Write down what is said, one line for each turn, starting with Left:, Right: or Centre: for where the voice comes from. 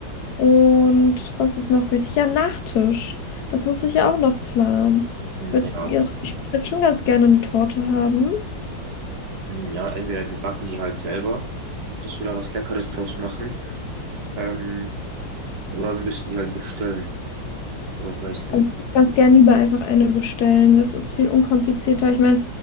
Left: und was ist noch wichtig? Ja, Nachtisch. Das muss ich ja auch noch planen.
Right: hm,
Left: Wird-
Right: ja,
Left: ja, Ich würde schon ganz gerne eine Torte haben.
Right: hm, ja, entweder wir backen die halt selber, dass wir da was Leckeres draus machen, ähm, oder wir müssen die halt bestellen. oder ich weiß nicht.
Left: Also ich würde ganz gern lieber einfach eine bestellen. Das ist viel unkomplizierter. Ich meine,